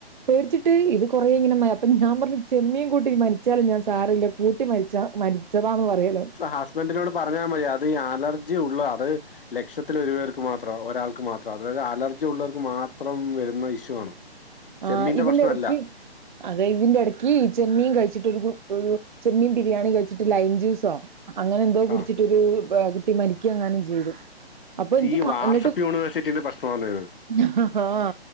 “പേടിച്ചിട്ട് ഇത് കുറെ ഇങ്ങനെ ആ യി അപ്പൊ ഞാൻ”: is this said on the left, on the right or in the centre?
Right